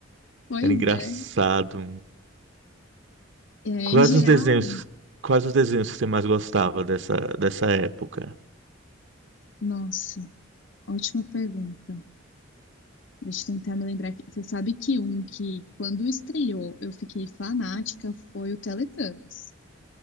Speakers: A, on the left (about 65°); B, on the right (about 65°).
A: pois
B: Era engraçado.
A: é. É, em
B: Quais
A: geral,
B: os desenhos, quais os desenhos que você mais gostava dessa, dessa época?
A: nossa, ótima pergunta. Deixa eu tentar me lembrar aqui. Você sabe que um que, quando estreou, eu fiquei fanática foi o Teletubbies.